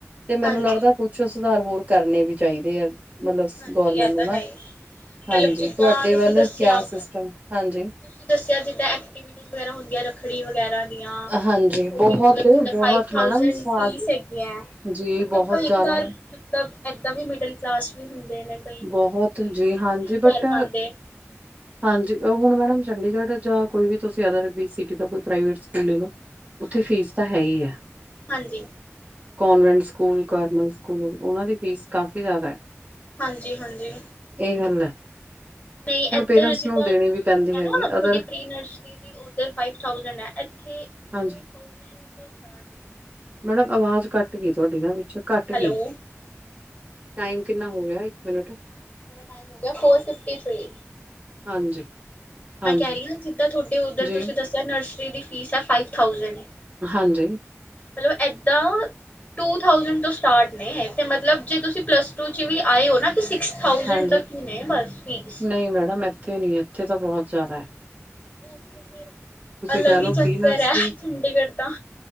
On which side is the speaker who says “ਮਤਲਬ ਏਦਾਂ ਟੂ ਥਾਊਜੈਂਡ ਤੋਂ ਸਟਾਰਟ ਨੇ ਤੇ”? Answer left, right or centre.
Left